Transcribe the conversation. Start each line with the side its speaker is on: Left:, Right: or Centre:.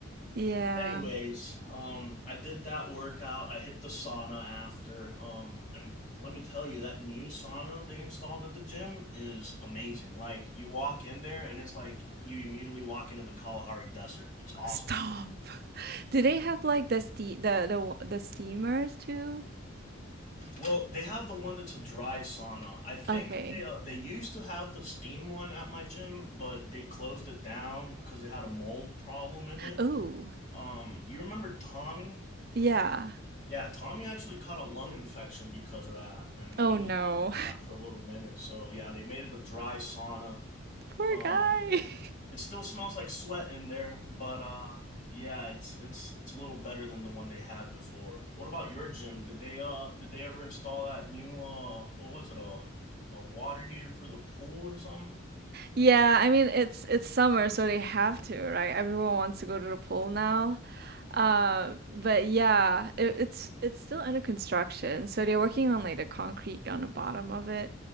Right: Yeah.
Left: anyways, um, I did that workout. I hit the sauna after. Um, and let me tell you, that new sauna they installed at the gym is amazing. Like, you walk in there and it's like you immediately walk into the Kalahari Desert. It's awesome.
Right: Stop. Do they have like the ste the the wa- the steamers too?
Left: Well, they have the one that's a dry sauna. I think
Right: Okay.
Left: they uh, they used to have the steam one at my gym, but they closed it down because they had a mold problem in it.
Right: Oh.
Left: Um, you remember Tommy?
Right: Yeah.
Left: Yeah, Tommy actually caught a lung infection because of that, and
Right: Oh
Left: he was
Right: no.
Left: dealing with that for a little minute. So yeah, they made it a dry sauna.
Right: <laughs> Poor
Left: Um,
Right: guy. <laughs>
Left: it still smells like sweat in there, but uh, yeah, it's it's it's a little better than the one they had before. What about your gym? Did they uh did they ever install that new uh what was it a a water heater for the pool or something?
Right: Yeah, I mean it's it's summer, so they have to, right? Everyone wants to go to the pool now. Uh, but yeah, it, it's it's still under construction, so they're working on like the concrete on the bottom of it.